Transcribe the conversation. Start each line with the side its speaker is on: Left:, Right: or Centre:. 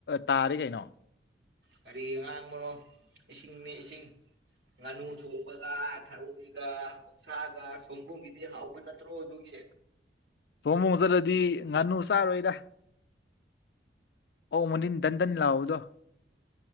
Left: ꯇꯥꯔꯤ ꯀꯩꯅꯣ
Right: ꯀꯔꯤ ꯑꯉꯥꯡꯕꯅꯣ ꯏꯁꯤꯡꯅꯤ ꯏꯁꯤꯡ ꯅꯅꯨꯁꯨꯕꯒ ꯊꯔ ꯏꯒ ꯁꯥꯒ ꯁꯣꯝꯕꯨꯝꯒꯤꯗꯤ ꯍꯥꯎꯕ ꯅꯠꯇ꯭ꯔꯣ ꯑꯗꯨꯒꯤ
Left: ꯊꯃꯣꯡ ꯆꯠꯂꯗꯤ ꯉꯥꯅꯨ ꯆꯥꯔꯣꯏꯗ ꯑꯣꯧ ꯃꯅꯤꯟ ꯗꯟꯗꯟ ꯂꯥꯛꯑꯣꯗꯣ